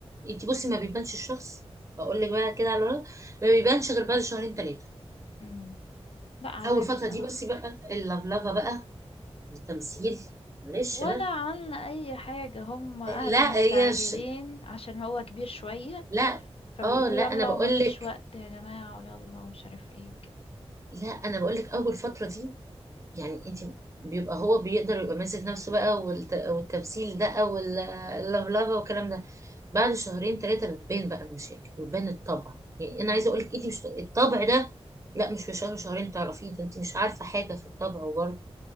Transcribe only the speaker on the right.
انت بصي ما بيبانش الشخص بقول لك بقى كده على الورق ما بيبانش غير بعد شهرين ثلاثة
أول فترة
دي بس بقى
اللفلفة بقى التمثيل معلش
بقى
لا
هي ش...
لا
اه لا أنا
بقول
لك
لا أنا بقول لك أول فترة دي يعني انت بيبقى هو بيقدر يبقى ماسك نفسه بقى والت... والتمثيل ده واللفلفه والكلام ده بعد شهرين ثلاثه بتبان بقى المشاكل وتبان الطبع يعني
انا عايزه اقول لك انت مش الطبع ده لا مش في شهر شهرين تعرفيه ده انت مش عارفه حاجه في الطبع وبرضه